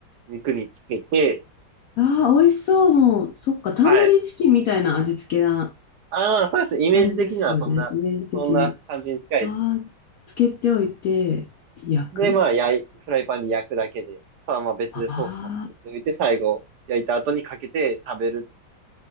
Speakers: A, on the right; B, on the left.
A: 肉につけて、
B: ああ、美味しそう。もう、そっか、
A: はい。
B: タンドリーチキンみたいな味付けな
A: ああ、そうです。イメージ的にはそんな、
B: 感じですよね。イメージ的に。
A: そんな感じに近いですね。
B: ああ、つけておいて、焼く
A: で、まあ、焼い、フライパンで焼くだけで、あとはまあ別でソースも作っておいて、
B: ああ
A: 最後、焼いた後にかけて食べる。